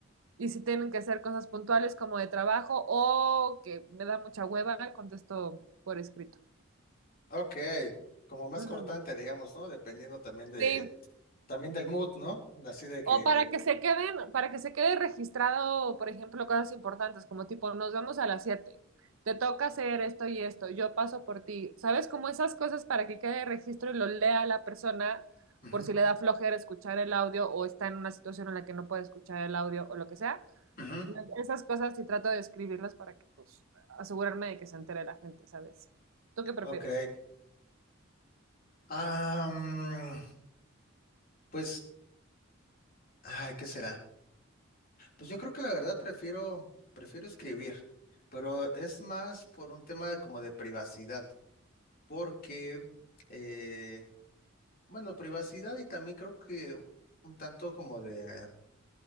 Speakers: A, on the right; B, on the left.
A: Y si tienen que hacer cosas puntuales como de trabajo o que me da mucha hueva, contesto por escrito.
B: ok. Como más
A: Ujú.
B: cortante, digamos, ¿no? Dependiendo también de,
A: Sí,
B: también del mood, ¿no? Así de que.
A: O para que se queden, para que se quede registrado, por ejemplo, cosas importantes, como tipo, nos vemos a las 7 te toca hacer esto y esto, yo paso por ti. ¿Sabes? Como esas cosas para que quede registro y lo lea la persona
B: Ujú,
A: por si le da flojera escuchar el audio o está en una situación en la que no puede escuchar el audio o lo que sea.
B: ujú.
A: Esas cosas sí trato de escribirlas para que, pues, asegurarme de que se entere la gente, ¿sabes? ¿Tú qué prefieres?
B: Ok. Ah, mm, pues, ay, ¿qué será? Pues yo creo que la verdad prefiero, prefiero escribir, pero es más por un tema como de privacidad, porque, eh, bueno, privacidad y también creo que un tanto como de